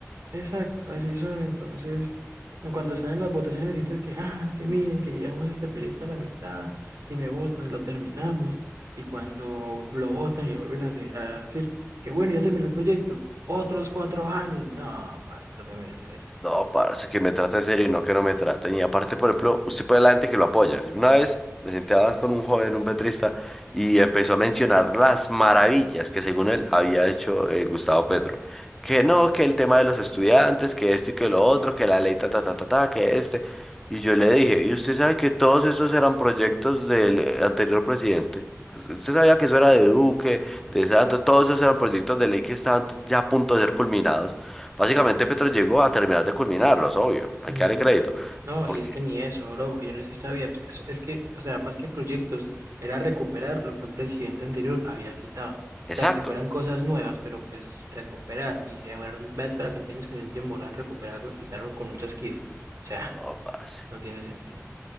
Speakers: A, on the right; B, in the centre.
A: Exacto, así son. Entonces, en cuanto están en las votaciones, sientes que, ah, es que miren, que llevamos este proyecto a la mitad, si me votan, lo terminamos. Y cuando lo votan y lo vuelven a, hacer- a decir, es que bueno, ya terminó el proyecto, otros cuatro años. No, parce, trátame de serio.
B: No, parce, que me trate en serio y no que no me traten. Y aparte, por ejemplo, usted puede la gente que lo apoya. Yo Una vez me senté a hablar con un joven, un petrista, y empezó a mencionar las maravillas que según él había hecho eh, Gustavo Petro. Que no, que el tema de los estudiantes, que esto y que lo otro, que la ley ta ta ta ta ta, que este. Y yo le dije, ¿y usted sabe que todos esos eran proyectos del eh, anterior presidente? Usted sabía que eso era de Duque, de Santos, todos esos eran proyectos de ley que estaban ya a punto de ser culminados. Básicamente Petro llegó a terminar de culminarlos, obvio. Hay
A: Mm.
B: que darle crédito.
A: No,
B: Porque,
A: y es que ni eso, bro, porque yo no sé si sabía, pues que eso- es que, o sea, más que proyectos, era recuperar lo que un presidente anterior había quitado.
B: exacto.
A: O sea, que fueran cosas nuevas, pero pues recuperar. Y se demoraron, ve toda la cantidad de años que se demoraron en recuperar algo que quitaron con un chasquido. O sea,
B: No, parce.
A: no tiene sentido.